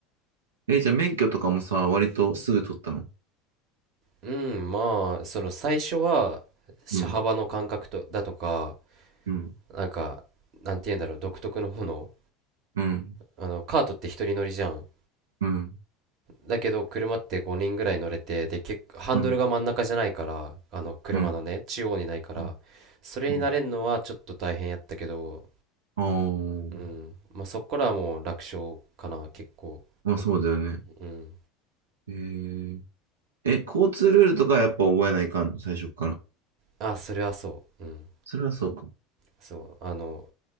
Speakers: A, on the right (about 75°); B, on the right (about 50°).
A: え、じゃあ免許とかもさ、割とすぐ取ったの
B: う。うん、まあ、その最初は、車幅の感覚と、
A: うん、
B: だとか、
A: うん、
B: なんか、なんて言うんだろう、独特のもの。
A: うん、
B: あの、カートって一人乗りじゃん。
A: うん、
B: だけど、車って5人ぐらい乗れて、で、結構、ハンドルが真ん中じゃないから、
A: うん、
B: あの、車のね、
A: うん。う
B: 中央にないから、
A: ん、
B: それに慣れるのはちょっと大変やったけど、
A: うんああー、
B: うん。まあ、そこからはもう楽勝かな、結構。
A: まあそうだよね。
B: うん。
A: へええ、交通ルールとかはやっぱ覚えないかんの、最初から。
B: あ、それはそう。うん。
A: それはそうか。
B: そうあの